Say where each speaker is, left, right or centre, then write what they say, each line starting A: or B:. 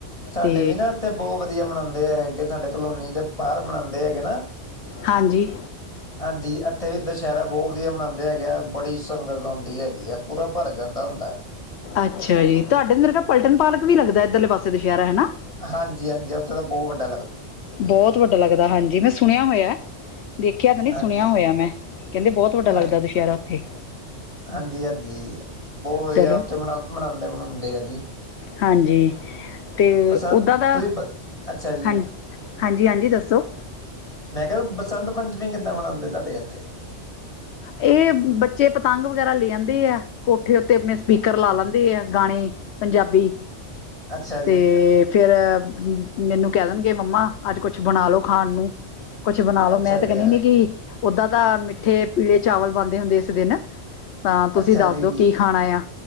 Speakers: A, on the left (about 30°); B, on the left (about 65°).
A: ਸਾਡੇ
B: ਤੇ
A: ਵੀ ਨਾ ਇੱਥੇ ਬਹੁਤ ਵਧੀਆ ਮਨਾਂਦੇ ਐ ਸਾਡੇ ਕਲੋਨੀ ਦੇ ਬਾਹਰ ਮਨਾਂਦੇ ਹੈਗੇ ਨਾ।
B: ਹਾਂਜੀ।
A: ਹਾਂਜੀ‌‌ ਇੱਥੇ ਵੀ ਦੁਸਹਿਰਾ ਬਹੁਤ ਵਧੀਆ ਮਨਾਂਦੇ ਹੈਗੇ ਆ ਬੜੀ ਸੰਗਤ ਆਉਂਦੀ ਹੈਗੀ ਆ। ਪੂਰਾ ਭਰ ਜਾਂਦਾ ਹੁੰਦਾ।
B: ਅੱਛਾ ਜੀ ਤੁਹਾਡੇ ਅੰਦਰ ਨਾ ਪਲਟਣ ਪਾਰਕ ਵੀ ਲੱਗਦਾ ਇੱਧਰ ਲੇ ਪਾਸੇ ਦੁਸਹਿਰਾ ਹੈਨਾ।
A: ਹਾਂਜੀ ਹਾਂਜੀ‌, ਉੱਥੇ ਬਉ ਵਡਾ।
B: ਬਹੁਤ ਵੱਡਾ ਲੱਗਦਾ ਹਾਂਜੀ, ਮੈਂ ਸੁਣਿਆ ਹੋਇਆ। ਦੇਖਿਆ ਤਾਂ ਨਹੀਂ
A: ਹਾਂਜੀ
B: ਸੁਣਿਆ ਹੋਇਆ ਮੈਂ ਕਹਿੰਦੇ ਬਹੁਤ
A: ਹਾਂ
B: ਵੱਡਾ ਲੱਗਦਾ ਦੁਸ਼ਹਿਰਾ ਉੱਥੇ।
A: ਹਾਂਜੀ ਹਾਂਜੀ ਬਹੁਤ ਵਧੀਆ
B: ਚਲੋ
A: ਉੱਥੇ ਮਨਾ ਮਨਾਂਦੇ ਮਨਾਉਂਦੇ ਆ ਜੀ।
B: ਹਾਂਜੀ। ਤੇ
A: ਬਸੰਤ
B: ਓਦਾਂ ਦਾ
A: ਤੁਸੀਂ ਬ ਅੱਛਾ ਜੀ
B: ਹਾਂਜੀ ਹਾਂਜੀ ਹਾਂਜੀ ਦੱਸੋ।
A: ਮੈਂ ਕਿਹਾ ਬਸੰਤ ਪੰਚਮੀ ਕਿੱਦਾਂ ਮਨਾਂਦੇ ਤੁਹਾਡੇ ਏਥੇ।
B: ਇਹ ਬੱਚੇ ਪਤੰਗ ਵਗੈਰਾ ਲੈ ਆਂਦੇ ਆ ਕੋਠੇ ਉੱਤੇ ਅਪਣੇ ਸਪੀਕਰ ਲਾ ਲੈਂਦੇ ਆ ਗਾਣੇ। ਪੰਜਾਬੀ
A: ਅੱਛਾ ਜੀ
B: ਤੇ ਫੇਰ ਮੈਨੂੰ ਕਹਿ ਦੇਨਗੇ ਮੰਮਾ ਅੱਜ ਕੁਛ ਬਣਾ ਲੋ ਖਾਣ ਨੂੰ। ਕੁਛ ਬਨਾ ਲੋ
A: ਅੱਛਾ
B: ਮੈਂ ਤੇ
A: ਜੀ
B: ਕਹਿੰਦੀ ਨ ਕਿ ਉਦਾਂ ਦਾ ਮਿੱਠੇ ਪੀਲੇ ਚਾਵਲ ਬਨਦੇ ਹੁੰਦੇ ਇਸ ਦਿਨ ਤਾਂ ਤੁਸੀਂ
A: ਅੱਛਾ
B: ਦੱਸ
A: ਜੀ
B: ਦੋ ਕੀ ਖਾਣਾ ਯਾ?